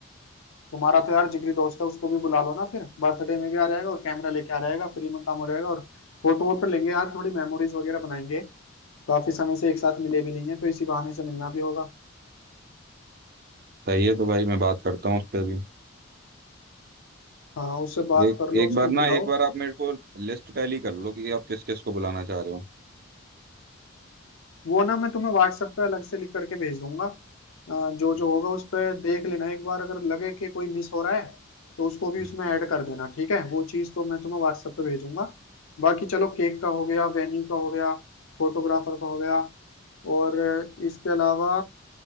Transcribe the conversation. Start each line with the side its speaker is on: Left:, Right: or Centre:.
Left: तुम्हारा तो यार जिगरी दोस्त है उसको भी बुला लो ना फिर बर्थडे में भी आ जाएगा और कैमरा लेके आ जाएगा फ्री में काम हो जाएगा और फोटो वोटो लेंगे यार थोड़ी मेमोरीज वगैरह बनाएंगे काफी समय से एक साथ मिले भी नहीं है तो इसी बहाने से मिलना भी होगा
Right: सही है तो भाई मैं बात करता हूँ उस पर अभी
Left: हाँ उससे बात
Right: एक
Left: कर लो
Right: एक
Left: उसको
Right: बार ना
Left: बुलाओ
Right: एक बार आप मेरे को लिस्ट टैली कर लो कि आप किस किस को बुलाना चाह रहे हो
Left: वो ना मैं तुम्हें व्हाट्सएप पे अलग से लिख करके भेज दूंगा अ, जो
Right: Okay.
Left: जो होगा उस पर देख लेना एक बार अगर लगे कि कोई मिस हो रहा है तो उसको भी
Right: हम्म।
Left: उसमें ऐड कर देना ठीक है वो चीज़ तो मैं तुम्हें व्हाट्सएप पे भेजूंगा बाकी चलो केक का हो गया वेन्यू का हो गया फोटोग्राफर का हो गया और इसके अलावा